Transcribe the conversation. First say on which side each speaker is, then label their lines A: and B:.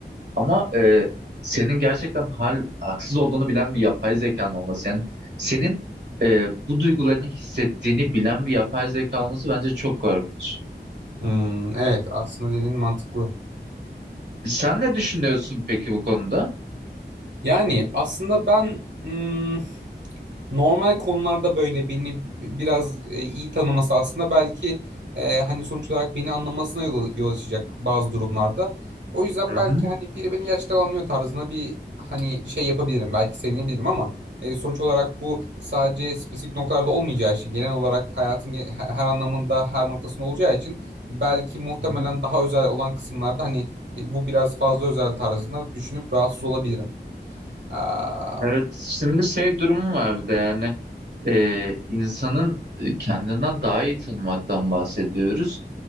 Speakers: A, on the right (about 70°); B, on the right (about 90°).
A: Ama e, senin gerçekten hal haksız olduğunu bilen bir yapay zekan olması yani senin e, bu duygularını hissettiğini bilen bir yapay zeka olması bence çok korkunç.
B: Hmm, evet aslında dediğin mantıklı.
A: Sen ne düşünüyorsun peki bu konuda?
B: Yani aslında ben hmm, normal konularda böyle beni biraz e, iyi tanıması aslında belki e, hani sonuç olarak beni anlamasına yol, yol açacak bazı durumlarda. O yüzden
A: Hı
B: belki
A: hı.
B: hani biri beni gerçekten anlıyor tarzında bir hani şey yapabilirim. Belki sevinebilirim ama e, sonuç olarak bu sadece spesifik noktalarda olmayacağı için genel olarak hayatın ge- her her anlamında her noktasında olacağı için belki muhtemelen
A: Hı hı.
B: daha özel olan kısımlarda hani e, bu biraz fazla özel tarzında düşünüp rahatsız olabilirim. Am,
A: Evet, şimdi şey durumu var bir de yani e, insanın e, kendinden daha iyi tanımaktan bahsediyoruz.